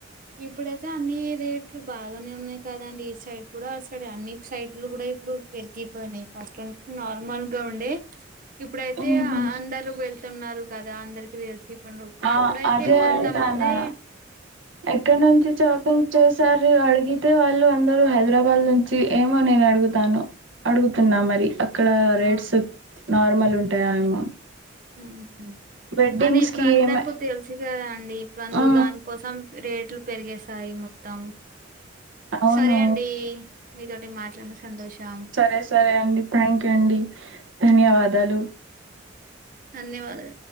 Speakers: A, on the right (about 45°); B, on the right (about 85°).
A: ఇప్పుడైతే అన్ని రేట్లు బాగానే ఉన్నాయి కదండి ఈ సైడ్ కూడా ఆ సైడ్ అన్ని సైడ్లు గూడా ఇప్పుడు పెరిగిపోయినయి ఫస్ట్ నార్మల్ గ ఉండే ఇప్పుడైతే
B: మ్హూ.
A: అందరూ వెళ్తున్నారు గదా అందరికి తెలిసి రు
B: ఆ
A: అప్పుడైతే
B: అదే
A: కొందమంది
B: అంటానా ఎక్కడ నుంచి చాపింగ్ చేసారు అడిగితే వాళ్ళు అందరు హై హైదరాబాద్ నుంచి ఏమో నేను అడుగుతాను అడుగుతున్నా మరి అక్కడ రేట్స్
A: ఆ
B: నార్మల్ ఉంటాయా ఏమో
A: మ్
B: వెడ్డింగ్స్
A: అదే ఇప్పుడు
B: కి
A: అందరిక
B: ఏమ
A: తెలిసు కదా అండి ఇప్పుడు అందు
B: ఆ
A: దాని కోసం రేట్లు పెరిగేస్ తాయి మొత్తం
B: అవును
A: సరే అండి మీతోటి మాట్లాడిన సంతోషం
B: సరే సరే అండి థ్యాంక్ యూ అండి ధన్యవాదాలు
A: ధన్యవాద